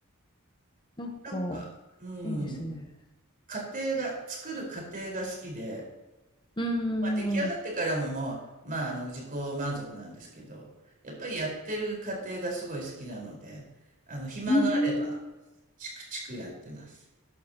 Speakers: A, on the left; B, on the right.
A: なんか、
B: なんか、うん。
A: いいですね。
B: 家庭が、作る過程が好きで、
A: うん
B: まあ、出来上がってからももう、
A: うんうん
B: まあ、あの、自己満足なんですけど、やっぱりやってる過程がすごい好きなので、あの、暇があれば、
A: うんうん
B: チクチクやってます。